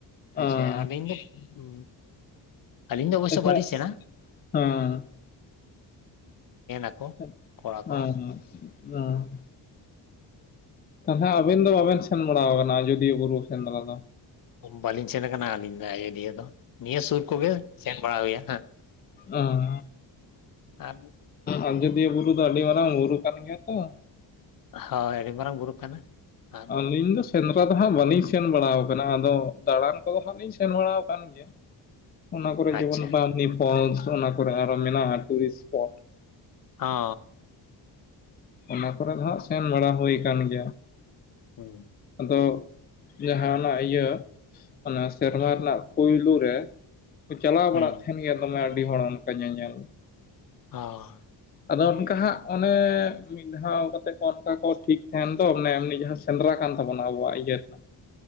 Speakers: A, on the left; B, on the left.
A: ᱚᱸ
B: ᱦᱮᱸᱪᱮ ᱟᱹᱞᱤᱧ ᱫᱚ ᱟᱹᱞᱤᱧ ᱫᱚ ᱚᱵᱚᱥᱥᱳᱭ
A: ᱟᱪᱪᱷᱟ
B: ᱵᱟᱹᱞᱤᱧ ᱥᱮᱱᱟ
A: ᱦᱮᱸ
B: <unintelligible>
A: <unintelligible>
B: ᱠᱚᱲᱟ ᱠᱚ
A: ᱛᱟᱦᱚᱞᱮ ᱟᱵᱤᱱ ᱫᱚ ᱵᱟᱵᱤᱱ ᱥᱮᱱ ᱵᱟᱲᱟ ᱟᱠᱟᱱᱟ ᱟᱡᱚᱫᱤᱭᱟᱹ ᱵᱩᱨᱩ ᱥᱮᱸᱫᱽᱨᱟ ᱫᱚ᱾
B: ᱵᱟᱹᱞᱤᱧ ᱥᱮᱱ ᱟᱠᱟᱱᱟ ᱟᱹᱞᱤᱧ ᱫᱚ ᱟᱡᱚᱫᱤᱭᱟᱹ ᱫᱚ ᱱᱤᱭᱟᱹ ᱥᱩᱨ ᱠᱚᱜᱮ ᱥᱮᱱ ᱵᱟᱲᱟ ᱦᱩᱭᱟ ᱦᱮᱸ᱾
A: ᱚ ᱦᱮᱸ
B: ᱟᱨ
A: ᱟᱡᱚᱫᱤᱭᱟᱹ ᱵᱩᱨᱩ ᱫᱚ ᱟᱹᱰᱤ ᱢᱟᱨᱟᱝ ᱵᱩᱨᱩ ᱠᱟᱱ ᱜᱮᱭᱟ ᱛᱚ᱾
B: ᱦᱳᱭ ᱟᱹᱰᱤ ᱢᱟᱨᱟᱝ ᱵᱩᱨᱩ ᱠᱟᱱᱟ ᱟᱨ
A: ᱟᱹᱞᱤᱧ ᱫᱚ ᱥᱮᱸᱫᱽᱨᱟ ᱫᱚ ᱦᱟᱸᱜ ᱵᱟᱹᱞᱤᱧ ᱥᱮᱱ ᱵᱟᱲᱟᱣ ᱠᱟᱱᱟ ᱟᱫᱚ ᱫᱟᱬᱟᱱ ᱠᱚᱫᱚ ᱦᱟᱸᱜ ᱞᱤᱧ ᱥᱮᱱ ᱵᱟᱲᱟᱣ ᱟᱠᱟᱱ ᱜᱮᱭᱟ᱾ ᱚᱱᱟ ᱠᱚᱨᱮ
B: ᱟᱪᱪᱷᱟ
A: ᱡᱮᱢᱚᱱ ᱵᱟᱨᱱᱤ ᱯᱷᱚᱞᱥ ᱚᱱᱟ ᱠᱚᱨᱮ ᱟᱨᱦᱚᱸ ᱢᱮᱱᱟᱜᱼᱟ ᱴᱩᱨᱤᱥᱴ ᱯᱷᱚᱞᱥ᱾
B: ᱦᱚ᱾
A: ᱚᱱᱟ ᱠᱚᱨᱮ ᱦᱟᱸᱜ ᱥᱮᱱ ᱵᱟᱲᱟ ᱦᱩᱭ ᱟᱠᱟᱱ ᱜᱮᱭᱟ᱾
B: ᱦᱮᱸ᱾
A: ᱟᱫᱚ ᱡᱟᱦᱟᱱᱟᱜ ᱤᱭᱟᱹ ᱚᱱᱟ ᱥᱮᱨᱢᱟ ᱨᱮᱱᱟᱜ ᱯᱩᱭᱞᱩ ᱨᱮ᱾ ᱪᱟᱞᱟᱣ
B: ᱦᱩᱸ
A: ᱵᱟᱲᱟᱜ ᱛᱟᱦᱮᱸᱱ ᱜᱮᱭᱟ ᱫᱚᱢᱮ ᱟᱹᱰᱤ ᱦᱚᱲ ᱚᱱᱠᱟ ᱧᱮᱧᱮᱞ᱾
B: ᱦᱚᱸ
A: ᱟᱫᱚ ᱚᱱᱠᱟ ᱦᱟᱸᱜ ᱚᱱᱮ ᱢᱤᱫ ᱫᱷᱟᱣ ᱠᱟᱛᱮ ᱠᱚ ᱚᱱᱠᱟ ᱠᱚ ᱴᱷᱤᱠ ᱛᱟᱦᱮᱸᱱ᱾ ᱟᱫᱚ ᱚᱱᱮ ᱮᱢᱱᱤ ᱡᱟᱦᱟᱸ ᱥᱮᱸᱫᱽᱨᱟ ᱠᱟᱱ ᱛᱟᱵᱚᱱᱟ ᱟᱵᱚᱣᱟᱜ ᱤᱭᱟᱹ ᱨᱮᱱᱟᱜ᱾